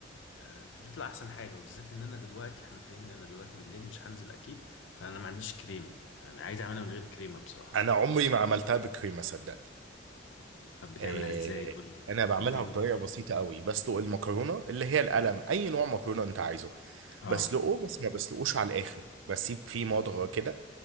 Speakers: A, on the left; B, on the right.
A: آه، مش بتطلع احسن حاجه وبالذات ان انا دلوقتي احنا فاهمني انا دلوقتي بالليل مش هنزل اكيد فانا ما عنديش كريمه فعايز اعملها من غير كريمه بصراحه
B: أنا عمري ما عملتها بكريمة صدقني
A: طب بتعملها
B: آه،
A: ازاي قول لي
B: انا بعملها
A: اديني
B: بطريقه بسيطه قوي بسلق المكرونه اللي هي القلم اي نوع مكرونه انت عايزه
A: اه
B: بسلقه بس ما بسلقوش على الاخر بسيب فيه مضغه كده